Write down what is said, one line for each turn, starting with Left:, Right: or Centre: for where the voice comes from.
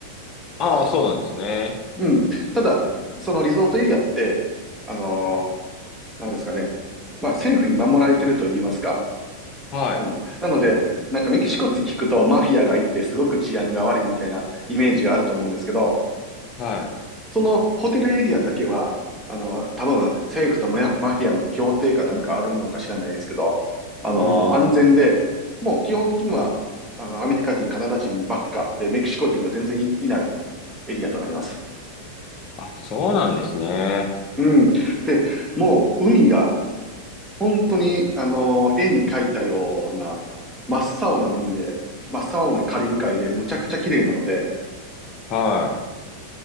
Left: ああ、そうなんですね。
Centre: うん。ただ、そのリゾートエリアって、あのーなんですかね。まあ政府に守られてると言いますか、
Left: はい。
Centre: うん。なので、なんかメキシコって聞くとマフィアがいてすごく治安が悪いみたいなイメージがあると思うんですけど、
Left: はい。
Centre: そのホテルエリアだけは、あの、多分政府とママフィアの協定かなんかあるのか知らないですけど、あの、
Left: う
Centre: 安全で、
Left: ん。
Centre: もう基本的には、あの、アメリカ人、カナダ人ばっかで、メキシコ人が全然い、いないエリアとなります。
Left: あ、そうなんですね。
Centre: うん。で、もう海が本当に、あの、絵に描いたような、真っ青な海で、真っ青なカリブ海でむちゃくちゃ綺麗なので、
Left: は